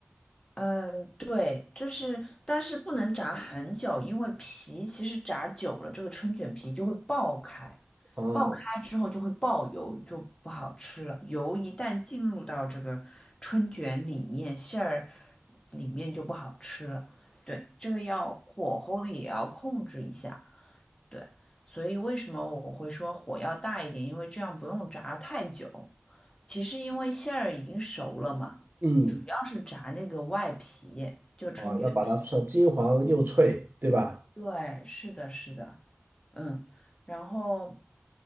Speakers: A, on the left (about 20°); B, on the right (about 50°).
A: 嗯，对，就是，但是不能炸很久，因为皮其实炸久了，这个春卷皮就会爆开，
B: 啊。哦
A: 爆开之后就会爆油，就不好吃了。油一旦进入到这个春卷里面，馅儿里面就不好吃了。对，这个要火候也要控制一下。对，所以为什么我会说火要大一点？因为这样不用炸太久。其实因为馅儿已经熟了嘛，
B: 嗯，
A: 主要是炸那个外皮，就春卷皮。
B: 啊，要把它炒金黄又脆，对吧？
A: 对，是的，是的，嗯，然后